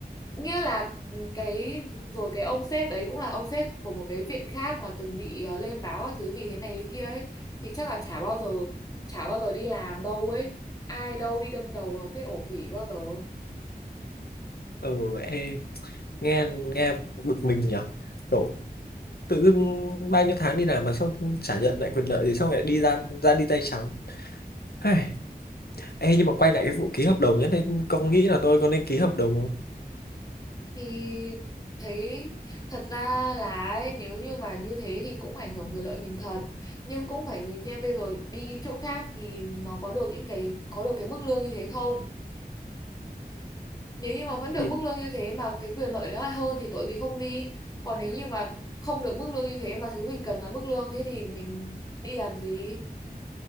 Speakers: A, on the left (about 20°); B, on the left (about 70°).
A: nghĩa là ừ, cái rồi cái ông sếp đấy cũng là ông sếp của một cái viện khác mà từng bị ờ, lên báo các thứ vì thế này thế kia ấy thì chắc là chả bao giờ chả bao giờ đi làm đâu ấy ai đâu đi đâm đầu vào cái ổ quỷ bao giờ
B: Ừ, ê, nghe nghe bực mình nhỉ. Kiểu tự dưng bao nhiêu tháng đi làm mà sao chả nhận lại quyền lợi thì xong lại đi ra ra đi tay trắng. Hây, Ê, nhưng mà quay lại cái vụ ký hợp đồng nhất đấy, con nghĩ là tôi có nên ký hợp đồng không?
A: thì thấy thật ra là ấy, nếu như mà như thế thì cũng ảnh hưởng quyền lợi mình thật nhưng cũng phải nhìn xem bây giờ đi chỗ khác thì nó có được những cái có được cái mức lương như thế không nếu như mà vẫn được
B: Thì
A: mức lương như thế mà cái quyền lợi nó lại hơn thì tội gì không đi còn nếu như mà không được mức lương như thế mà thứ mình cần là mức lương thế thì mình đi làm gì